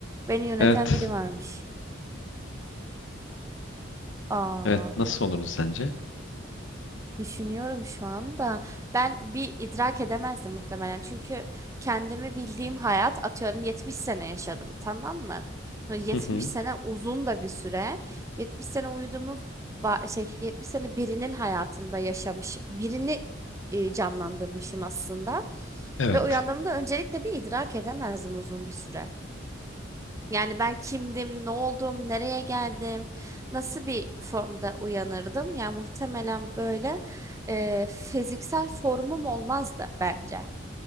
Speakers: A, on the right; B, on the left.
A: Beni yöneten
B: Evet.
A: biri varmış. Aa,
B: Evet. Nasıl olurdu sence?
A: düşünüyorum şu anda. Ben bir idrak edemezdim muhtemelen. Çünkü kendimi bildiğim hayat atıyorum 70 sene yaşadım, tamam mı? Böyle 70
B: Hı hı.
A: sene uzun da bir süre. 70 sene uyuduğumu va- şey 70 sene birinin hayatında yaşamış, birini e, canlandırmışım aslında.
B: Evet.
A: Ve uyandığımda öncelikle bir idrak edemezdim uzun bir süre. Yani ben kimdim, ne oldum, nereye geldim, nasıl bir formda uyanırdım? Yani muhtemelen böyle e, fiziksel formum olmazdı bence.